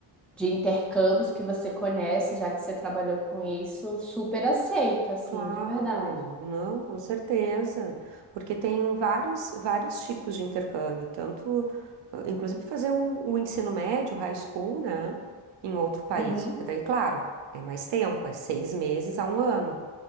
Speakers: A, in the centre; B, on the right.
A: de intercâmbios que você conhece, já que você trabalhou com isso, super aceito, assim,
B: Claro,
A: de verdade.
B: não, com certeza, porque tem vários, vários tipos de intercâmbio, tanto, ah, inclusive fazer o, o ensino médio, high school, né, em outro país,
A: Uhum,
B: porque daí, claro, é mais tempo, é seis meses a um ano,